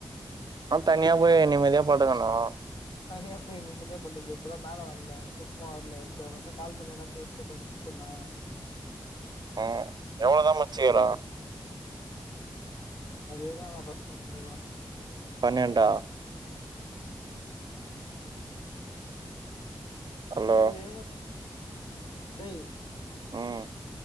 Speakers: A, on the right; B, on the left.
A: தனியா போய் நிம்மதியா படுக்கணு
B: தனியா போய் நிம்மதியா <unintelligible> வந்த இப்பதா மேலே வந்த தூக்கமே வர்ல சேரி அதாலதா கால் பண்ணி எதா பேசிட்டு கொஞ்ச முச்சிட்லா
A: ம் எவ்ளோதா மச்சி வரு
B: அதேதா நா ஃபஸ்ட் சொன்னதேதா
A: பன்னெண்டா ஹலோ
B: இது டேய்
A: ம்